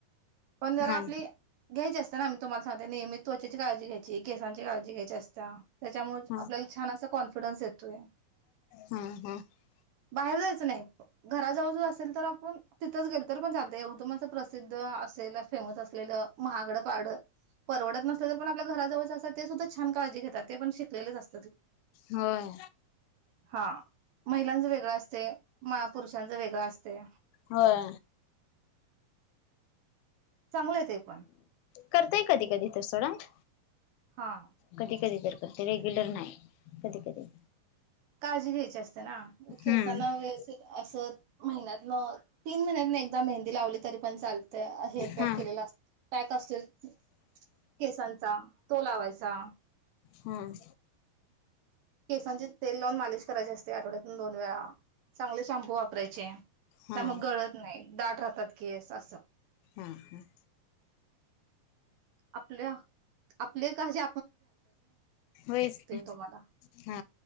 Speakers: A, on the right (about 70°); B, on the left (about 85°).
A: पण जरा
B: हा हा.
A: आपली घ्यायचे असते ना मी तुम्हाला सांगते नियमित त्वचेची काळजी घ्यायची केसांची काळजी घ्यायची असता त्याच्यामुळे
B: हा
A: आपल्याला छान असा कॉन्फिडन्स येतोय
B: हा हा हा
A: बाहेर जायचं नाही घराजवळ ज असेल तर आपण तिथंच गेल तर पण जात येवदु माच प्रसिद्ध असेल फेमस असलेलं महागडपाड परवडत नसलं तर पण आपल्या घराजवळच असेल ते सुद्धा छान काळजी घेतात ते पण शिकलेलंच असत
B: होय.
A: हा महिलांच वेगळं असते म पुरुषांच वेगळं असते
B: होय
A: चांगलंय ते पण
B: करताय कधी कधी तर सोडंत
A: हा.
B: कधी कधी तर ते रेग्युलर नाही कधी कधी
A: काळजी घ्यायची असते केसांना
B: हम्म
A: व्यवस्थित अस महिन्यातन तीन महिन्यातन एकदा मेहंदी लावली तरी पण चालते हेअर पॅक
B: हा
A: केलेला पॅक असत केसांचा तो लावायचा
B: हम
A: ांची तेल लावून मालश करायची असते आठवड्यातून दोन वेळा चांगले शांम्पू परचय
B: हा
A: त्या मग गळत नाही दाट राहतात केस असं
B: हम हम
A: आपल्या आपले का जे
B: होयच
A: तुम्हाला
B: हा